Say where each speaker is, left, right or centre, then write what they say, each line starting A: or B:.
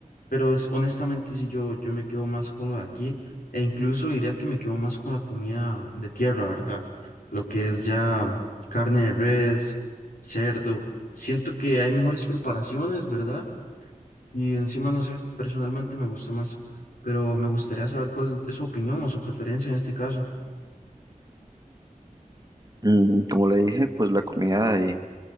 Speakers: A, on the left; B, on the right.
A: Pero es- honestamente, sí, yo, yo me quedo más con lo de aquí e incluso diría que me quedo más con la comida de tierra, ¿verdad? Lo que es ya carne de res, cerdo. Siento que hay mejores preparaciones, ¿verdad? Y encima, no sé, personalmente me gusta más, pero me gustaría saber cuál es su opinión o su preferencia en este caso.
B: Mm, Como le dije, pues la comida de